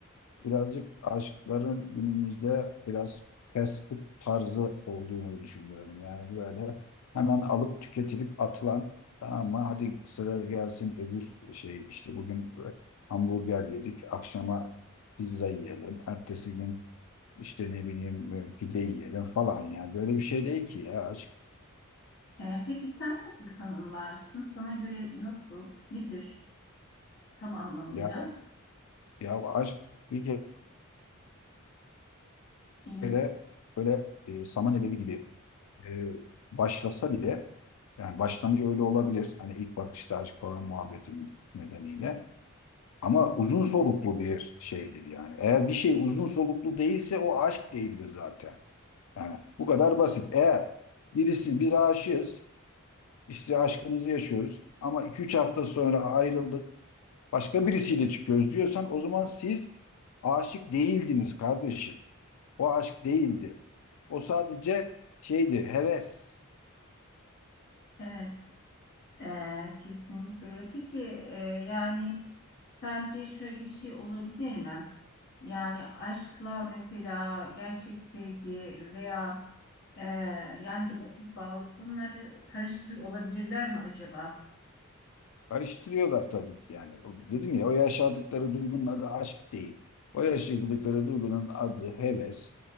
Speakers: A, on the left (about 80°); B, on the left (about 50°).
A: birazcık aşkların günümüzde biraz fast food tarzı olduğunu düşünüyorum. Yani böyle hemen alıp tüketilip atılan ama hadi sıra gelsin öbür şey işte bugün hamburger yedik akşama pizza yiyelim. Ertesi gün İşte ne bileyim böyle pide yiyelim falan yani böyle bir şey değil ki ya aşk.
B: E, peki sen nasıl tanımlarsın? Sana göre nasıl, nedir tam anlamıyla?
A: Ya, ya aşk bir
B: E,
A: kere böyle e, saman alevi gibi e, başlasa bile yani başlangıcı öyle olabilir. Hani ilk bakışta aşk falan muhabbetin nedeniyle. Ama uzun soluklu bir şeydir yani. Eğer bir şey uzun soluklu değilse o aşk değildir zaten. Yani bu kadar basit. Eğer birisi biz aşığız, işte aşkımızı yaşıyoruz ama iki üç hafta sonra ayrıldık, başka birisiyle çıkıyoruz diyorsan o zaman siz aşık değildiniz kardeşim. O aşk değildi. O sadece şeydi, heves.
B: evet. Ee, kesinlikle öyle. Peki e, yani sence şöyle bir şey olabilir mi? Yani aşkla mesela gerçek sevgi veya e, yani gerçek bağlılık bunları karıştırıyor olabilirler mi acaba?
A: Karıştırıyorlar tabii ki yani. O- Dedim ya o yaşadıkları duygunun adı aşk değil. O yaşadıkları duygunun adı heves,